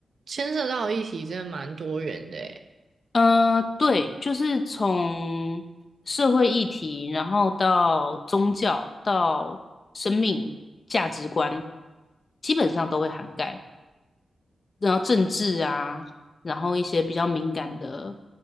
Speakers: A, on the right; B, on the left.
A: 牵涉到的议题真的蛮多元的诶。
B: 呃，对，就是从社会议题，然后到宗教，到生命价值观，基本上都会涵盖。然后政治啊，然后一些比较敏感的，